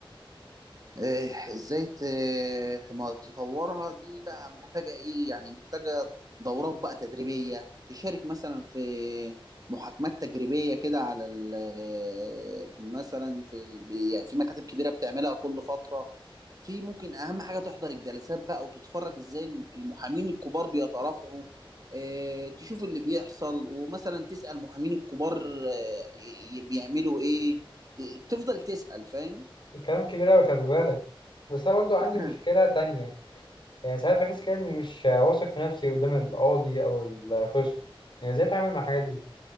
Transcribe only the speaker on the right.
إيه، ازاي ت- تم- تطورها دي بقى محتاجة ايه يعني محتاجة دورات بقى تدريبية تشارك مثلا في محاكمات تجريبيه كده على ال- مثلا في ال- بي- يعني في مكاتب كبيرة بتعملها كل فترة في ممكن اهم حاجة تحضر الجلسات بقى وتتفرج ازاي المحامين الكبار بيترافعوا إيه، تشوف اللي بيحصل ومثلا تسأل المحامين الكبار إيه، بيعملوا ايه ت- تفضل تسأل فاهم
<laughs>